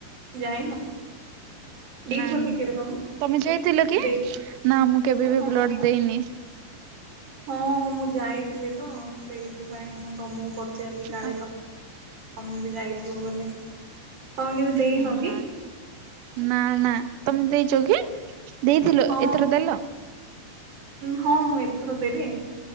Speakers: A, on the right; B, on the right.
A: ଯାଇନ ଦେଇଛ
B: ନା ନା
A: କି <unintelligible>
B: ତମେ ଯାଇଥିଲ କି? ନା, ମୁଁ କେବେ ବି
A: ହଁ
B: ବ୍ଲଡ଼ ଦେଇନି।
A: ହଁ, ମୁଁ ଯାଇଥିଲି ତ। ସେଇଥିପାଇଁ ତମକୁ ପଚାରିଲି, କାଳେ
B: ଆ
A: ତମେ ବି ଯାଇଥିବ ବୋଲି। ତମେ କେବେ ଦେଇନ
B: ନା,
A: କି?
B: ନା ନା, ତମେ ଦେଇଛ କି? ଦେଇଥିଲେ?
A: ହଁ
B: ଏଥର ଦେଲ?
A: ହଁ, ମୁଁ ଏଥର ଦେଲି।